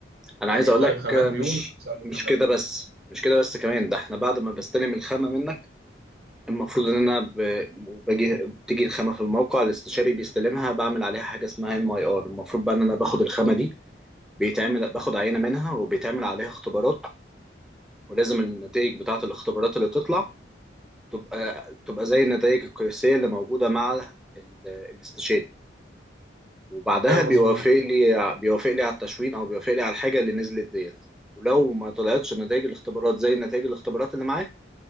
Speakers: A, in the centre; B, on the right.
A: انا
B: يعني
A: عايز اقول
B: طالب
A: لك
B: خامات
A: آه،
B: بيور
A: مش
B: توصل له
A: مش
B: خامات
A: كده
B: بيور
A: بس مش كده بس كمان ده احنا بعد ما بستلم الخامه منك المفروض ان انا ب... باجي بتيجي الخامه في الموقع الاستشاري بيستلمها بعمل عليها حاجه اسمها ام اي ار المفروض بقى ان انا باخد الخامه دي بيتعمل باخد عينة منها وبيتعمل عليها اختبارات ولازم النتائج بتاعة الاختبارات اللي تطلع تبقى تبقى زي النتائج القياسية اللي موجودة مع ال- الاستشاري وبعدها
B: أيوه
A: بيوافق
B: مظبوط
A: لي بيوافق لي على التشوين او بيوافق لي على الحاجة اللي نزلت ديت ولو ما طلعتش نتائج الاختبارات زي نتائج الاختبارات اللي معاه